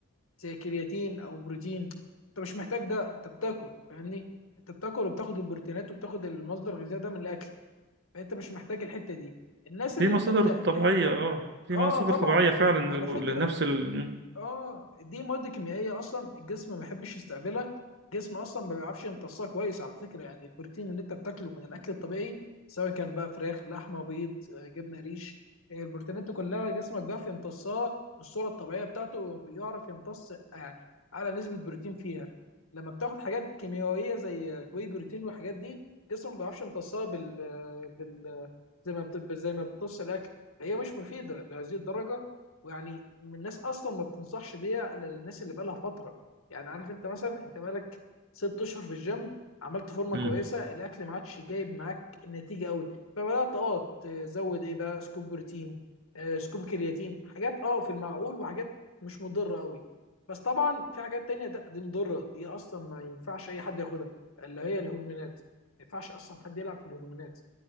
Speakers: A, on the left; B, on the right.
A: زي كرياتين او بروتين انت مش محتاج ده انت بتاكل فاهمني انت بتاكل وبتاخد البروتينات وبتاخد المصدر الغذائي ده من الاكل فانت مش محتاج الحته دي الناس اللي
B: في مصادر
A: بتبدا
B: طبيعية
A: تح...
B: اه في
A: اه
B: مصادر
A: طبعا
B: طبيعية فعلا
A: على
B: للب-
A: فكره
B: لنفس ال
A: اه دي مواد كيميائيه اصلا الجسم ما بيحبش يستقبلها الجسم اصلا ما بيعرفش يمتصها كويس على فكره يعني البروتين اللي انت بتاكله من الاكل الطبيعي سواء كان بقى فراخ لحمه بيض آه، جبنه ريش آه، البروتينات دي كلها جسمك بيعرف يمتصها بالصوره الطبيعيه بتاعته بيعرف يمتص آه، يعني اعلى نسبه بروتين فيها لما بتاخد حاجات كيميائيه زي آه، واي بروتين والحاجات دي جسمك ما بيعرفش يمتصها بال آه، بال آه، زي ما بت- زي ما بتمتص الاكل هي مش مفيده لهذه الدرجه ويعني من الناس اصلا ما بتنصحش بيها الا للناس اللي بقالها فتره يعني عارف انت مثلا انت بقالك ست اشهر في الجيم عملت فورمه
B: مم.
A: كويسه الاكل ما عادش جايب معاك النتيجه قوي فبدات اه تزود ايه بقى سكوب بروتين آه، سكوب كرياتين حاجات اه في المعقول وحاجات مش مضره قوي بس طبعا في حاجات تانية ده دي مضره دي اصلا ما ينفعش اي حد ياخدها اللي هي الهرمونات ما ينفعش اصلا حد يلعب في الهرمونات